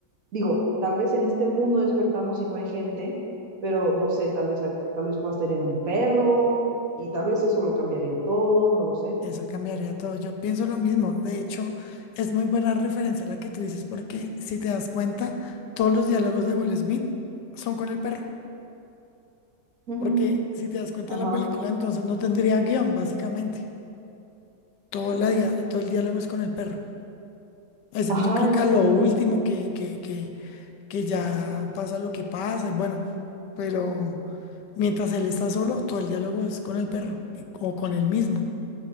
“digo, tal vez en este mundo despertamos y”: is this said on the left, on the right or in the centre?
Right